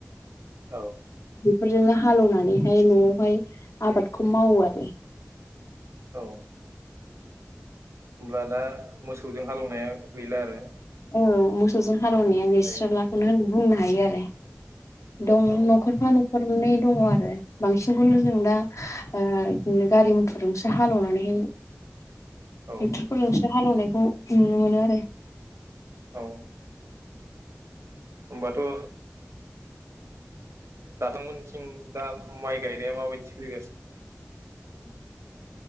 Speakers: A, on the right; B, on the left.
A: औ।
B: बेफोरजोंनो हालौवनानैहाय न'आवहाय आबादखौ मावो आरो।
A: औ होमब्ला दा मोसौजों हालौनाया गैला आरो
B: औ मोसौजों हालोवनाया नुस्रालाखौनो
A: दायो
B: होन बुंनो हायो आरो दं
A: औ
B: न'खरफा न'खरनै दङ आरो बांसिनखौनो जों दा ओ नो गारि मथरजोंसो हालोवनानैहै
A: औ
B: ट्रेक्टरफोरजोंसो हालोवनाय औ नुनो मोनो आरो
A: औ होमबाथ' ओ दाथंमोनथिं दा माइ गायनाया माबायदि सोलिगा सिन